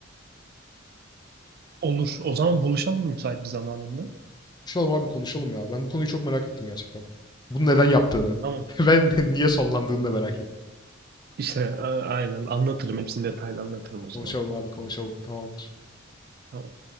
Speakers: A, on the right; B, on the left.
A: Olur. O zaman buluşalım müsait bir zamanında.
B: Konuşalım abi konuşalım ya. Ben bu konuyu çok merak ettim gerçekten. Bunu neden yaptığını
A: Tamam.
B: <laughs> ve niye sonlandığını da merak ettim.
A: İşte a- aynen anlatırım. Hepsini detaylı anlatırım o zaman.
B: Konuşalım abi konuşalım. Tamamdır.
A: Tamam.